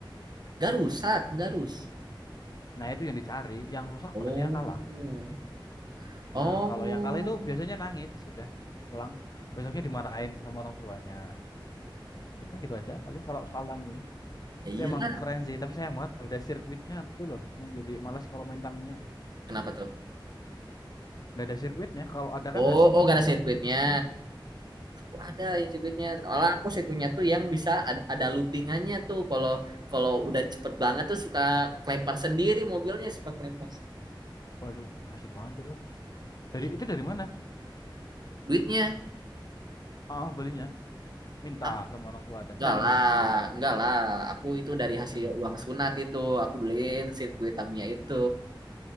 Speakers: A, on the right; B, on the left.
A: Gak rusak, gak rus.
B: Nah itu yang dicari, yang rusak
A: Oh,
B: berarti yang kalah.
A: oh,
B: Nah kalau yang kalah itu biasanya nangis sudah pulang. Besoknya dimarahin sama orang tuanya. Udah gitu aja. Paling kalau soal Tamiya.
A: ya
B: Tapi
A: iyalah.
B: emang keren sih, tapi sayang banget nggak ada sirkuitnya tuh loh. Yang jadi malas kalau main Tamiya.
A: Kenapa tuh?
B: Nggak ada sirkuitnya, kalau ada
A: Oh,
B: kan asik
A: oh,
B: gitu.
A: gak ada sirkuitnya. Aku ada yang sirkuitnya. Malah
B: Ah,
A: aku sirkuitnya tuh yang bisa ada, ada loopingannya tuh. Kalau kalau udah cepet banget tuh suka kelempar sendiri mobilnya, suka kelempar
B: waduh, asik banget tuh. Dari
A: sendiri.
B: itu dari mana?
A: Duitnya,
B: Ah, belinya minta
A: ah,
B: sama orang tua dan
A: enggak
B: nangis
A: lah,
B: gitu ya.
A: enggak lah. Aku itu dari hasil
B: Itu dari mana?
A: uang sunat itu, aku beliin sirkuit Tamiya itu.